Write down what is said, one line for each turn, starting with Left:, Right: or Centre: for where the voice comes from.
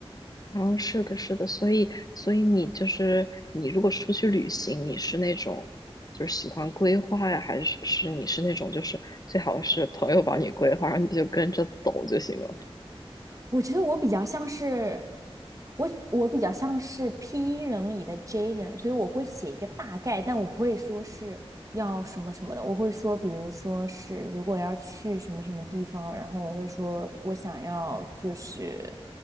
Left: 哦，是的，是的，所以所以你就是你如果出去旅行，你是那种就是喜欢规划呀，还是是你是那种就是最好是朋友帮你规划，然后你就跟着走就行了？
Right: 我觉得我比较像是我，我比较像是 P 人里的 J 人，所以我会写一个大概，但我不会说是要什么什么的，我会说，比如说是如果要去什么什么地方，然后我会说我想要就是